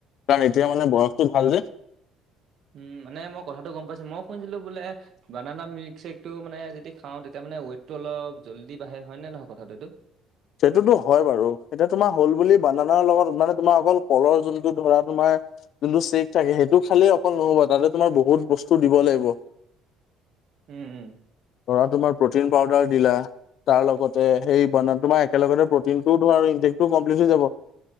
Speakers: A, on the left; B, on the right.
A: কাৰণ
B: অ',
A: এতিয়া মানে বয়সটো ভাল যে।
B: উম মানে মই কথাটো গম পাইছো মই শুনিছিলো বোলে। বানানা মিল্কশ্বেকতটো মানে যদি খাওঁ তেতিয়া মানে ৱেটটো অলপ জলদি বাঢ়ে হয় নে নহয় কথাটো এইতটো।
A: সেইটোতো হয় বাৰু এতিয়া তোমাৰ হ'ল বুলি বানানৰ লগত মানে তোমাৰ অকল কলৰ যোনটো ধৰা তোমাৰ। যোনটো চেক থাকে সেইটো খালেই অকল নহ'ব তাতে তোমাৰ বহুত বস্তু দিব লাগিব।
B: উম, উম,
A: পৰা তোমাক প্ৰটিন পাউদাৰ দিলা তাৰ লগতে সেই বানান তোমাৰ। একেলগতে প্ৰ'টিনটোও ধৰা আৰু ইনটেকটোও কমপ্লিট হৈ যাব